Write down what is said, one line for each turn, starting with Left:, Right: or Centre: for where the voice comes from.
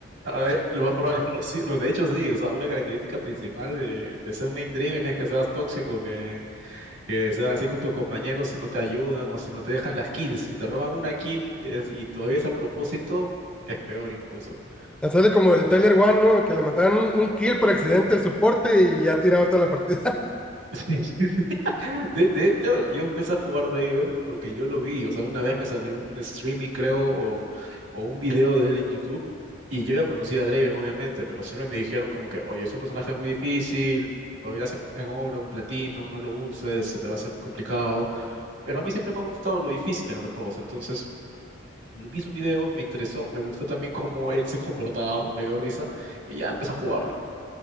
Right: a ver, lo más probable es que <laughs> sí. No, de hecho sí, o sea, una característica principal de, de ser main Draven es que seas tóxico, que Que sea así con tus compañeros si no te ayudan o si no te dejan las kills. Si te roban una kill es- y todavía es a propósito, es peor incluso. <laughs>
Centre: Ya Sale como el Tyler One, ¿no? Que le mataban un, un kill por accidente el soporte y ya tiraba toda la partida.
Right: Sí, sí, sí. De, de hecho, yo empecé a jugar Draven porque yo lo vi. O sea, una vez me salió un streaming, creo, o, o un video de él en YouTube. Y yo ya conocía a Draven, obviamente, pero siempre me dijeron como que, oye, es un personaje muy difícil, todavía es en en oro, en platino, no lo uses, se te va a hacer muy complicado. Pero a mí siempre me ha gustado lo difícil en los juegos, entonces lo vi sus videos, me interesó, me gustó también cómo él se comportaba, me dio risa, y ya empecé a jugarlo.